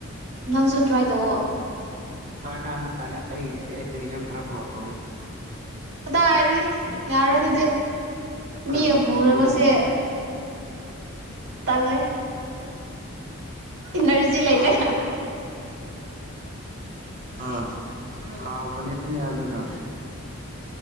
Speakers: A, on the right (about 90°); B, on the right (about 40°).
A: ꯅꯪꯁꯨ ꯇ꯭ꯔꯥꯏ ꯇꯧꯑꯣ
B: ꯀꯥꯟꯗ ꯑꯩ ꯑꯩꯒꯤꯁꯨ ꯈꯔꯄꯣꯔꯛ ꯑꯣ
A: ꯀꯗꯥꯏꯗꯒꯤ ꯌꯥꯔꯣꯏꯗꯨꯗꯤ
B: ꯑꯩꯈꯣꯏ
A: ꯃꯤ
B: ꯃꯅꯤꯄꯨꯔꯒꯤ
A: ꯄꯨꯔꯒ ꯁꯦ ꯇꯜꯂꯦ ꯑꯦꯅꯔꯖꯤ ꯂꯩꯇꯦ
B: ꯍꯥꯎ ꯑ ꯍꯥꯎꯕꯅꯤꯅꯦ ꯑꯗꯨꯗ